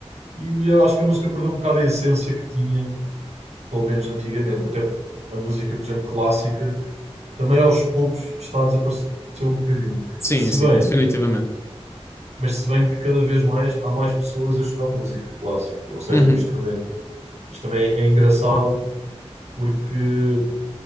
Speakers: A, on the right (about 80°); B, on the left (about 25°).
A: E eu acho que a música perdeu um bocado a essência que tinha pelo menos antigamente, até porque a música, por exemplo, clássica, também aos poucos está a desaparecer um bocadinho.
B: Sim,
A: Se
B: sim,
A: bem,
B: definitivamente.
A: mas se bem que cada vez mais há mais pessoas a estudar música clássica, ou seja,
B: Uhum.
A: instrumentos. Isto também é engraçado porque